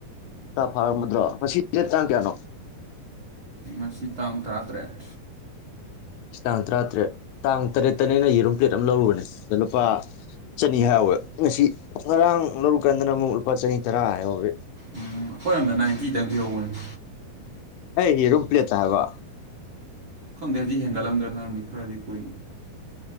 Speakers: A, on the left; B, on the right.
A: ꯍꯞꯇꯥ ꯐꯥꯔꯝꯃꯗ꯭ꯔꯣ ꯉꯁꯤ ꯗꯦꯠ ꯇꯥꯡ ꯀꯌꯥꯅꯣ
B: ꯉꯁꯤ ꯇꯥꯡ ꯇꯔꯥꯇꯔꯦꯠ
A: ꯇꯥꯡ ꯇꯔꯥꯇꯔꯦꯠ ꯇꯥꯡ ꯇꯔꯦꯠꯇꯅꯦ ꯑꯩꯅ ꯌꯦꯔꯨꯝ ꯄ꯭ꯂꯦꯠ ꯑꯃ ꯂꯧꯔꯨꯕꯅꯦ ꯑꯗ ꯂꯨꯄꯥ ꯆꯅꯤ ꯍꯥꯏꯍꯧꯋꯦ ꯉꯁꯤ ꯉꯔꯥꯡ ꯂꯧꯔꯨꯀꯥꯟꯗꯅ ꯑꯃꯨꯛ ꯂꯨꯄꯥ ꯆꯅꯤ ꯇꯔꯥ ꯍꯥꯏꯍꯧꯋꯦ
B: ꯎꯝ ꯑꯩꯈꯣꯏꯔꯣꯝꯗ ꯅꯥꯏꯟꯇꯤꯗꯪ ꯄꯤꯍꯧꯕꯅꯦ
A: ꯑꯩꯒꯤ ꯔꯨꯝ ꯄ꯭ꯂꯦꯠꯇ ꯍꯥꯏꯕ
B: ꯈꯪꯗꯦ ꯍꯧꯖꯤꯛ ꯍꯦꯟꯒꯠꯂꯝꯗ꯭ꯔ ꯅꯍꯥꯟꯗꯤ ꯈꯔꯗꯤ ꯀꯨꯏ